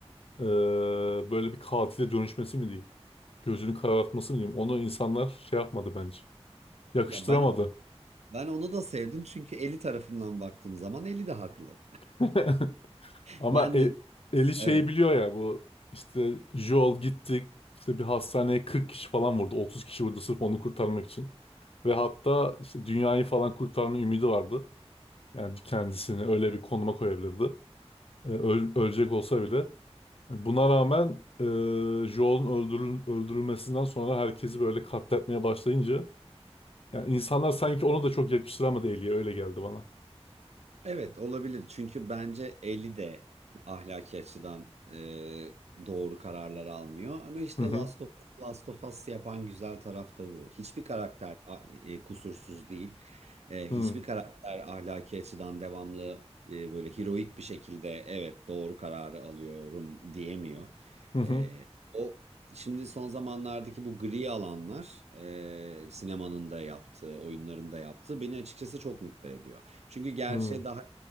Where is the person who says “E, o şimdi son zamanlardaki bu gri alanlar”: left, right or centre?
Right